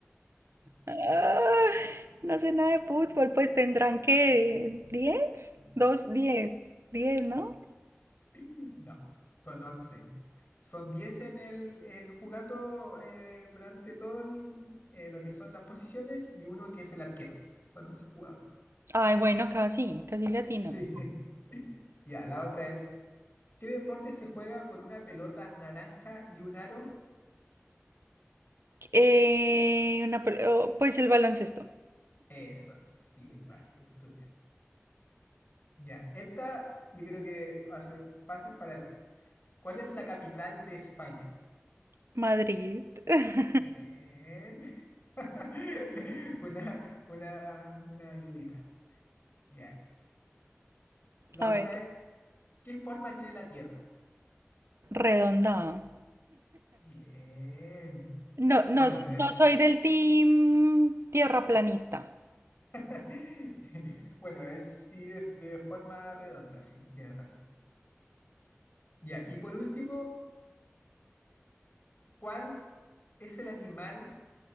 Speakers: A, on the right; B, on the left.
A: Ah, no sé nada de fútbol, pues tendrán que diez dos diez diez ¿no?
B: <clears throat> No, son once Son 10 en el, en jugando eh, durante todo el- eh, lo que son las posiciones y uno que es el arquero. Son 11 jugadores.
A: Ay, bueno, casi, casi latino.
B: Sí. <laughs> Ya, la otra es, ¿qué deporte se juega con una pelota naranja y un aro?
A: Eh, una, pel- oh, pues el baloncesto.
B: Eso es, sí, el básquet, súper Ya, esta yo creo que va a ser fácil para ti. ¿Cuál es la capital de España?
A: Madrid. <laughs>
B: Bien. <laughs> Una, una, una ayudita. Ya. La
A: A
B: otra
A: ver,
B: es, ¿qué forma tiene la Tierra?
A: redondado.
B: Bien.
A: No, no,
B: Bueno, eh,
A: no soy del team tierraplanista.
B: <laughs> bueno, es sí es de forma redonda, sí, tienes razón. Ya, y por último, ¿cuál es el animal